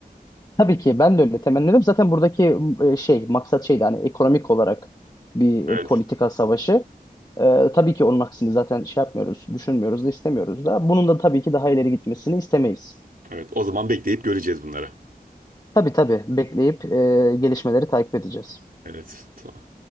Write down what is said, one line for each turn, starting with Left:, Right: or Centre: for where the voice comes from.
Left: Tabii ki ben de öyle temenni ediyorum. Zaten buradaki e, şey maksat şeydi hani ekonomik olarak bir
Right: Evet.
Left: e, politika savaşı. E, tabii ki onun aksini zaten şey yapmıyoruz, düşünmüyoruz da istemiyoruz da. Bunun da tabii ki daha ileri gitmesini istemeyiz.
Right: Evet. O zaman bekleyip göreceğiz bunları.
Left: Tabii tabii bekleyip e, gelişmeleri takip edeceğiz.
Right: Evet. Tamam.